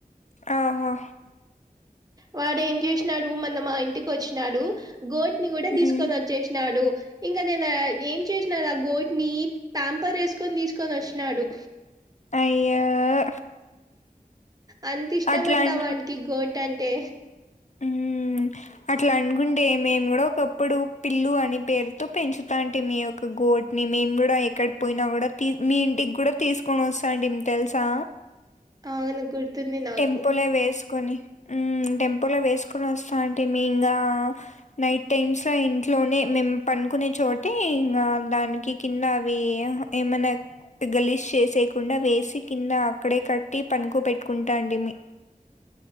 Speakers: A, on the left (about 50°); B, on the right (about 25°).
A: ఆహ
B: వాడు ఏం చేసినాడు మన మా ఇంటికి వచ్చినాడు గోట్ ని కూడా
A: హ్మ్
B: తీసుకొని వచ్చ చేసినాడు ఇంకా నేను ఏం చేసినా ఆ గోట్ ని ప్యాంపర్ వేసుకొని తీసుకొని వచ్చినాడు
A: అయ్యో
B: అంత ఇష్టమంట
A: అట్లాంటి
B: వానికి గోట్ అంటే
A: మ్మ్ అట్లా అనుకుంటే మేము కూడా ఒకప్పుడు పిల్లు అని పేరుతో పెంచుతాంటమీ ఒక ఒక గోట్ని మేము కూడా ఎక్కడ పోయినా కూడా తీస్ మీ ఇంటికి కూడా తీసుకొని వస్తాంటిమి తెలుసా
B: అవును గుర్తుంది నాకు
A: టెంపోలే వేసుకుని ఊ టెం ప్పుల వేసుకొని వస్తా ఉంటిమి ఇంకా నైట్ టైమ్స్ లో ఇంట్లోనే మేము పనుకునే చోట ఇంకా దానికి కింద అవి అహ ఏమన్నా గలిష్ చేసయకుండా వేసి కింద అక్కడే కట్టి పనుకో పెట్టుకుంటా అండి మీ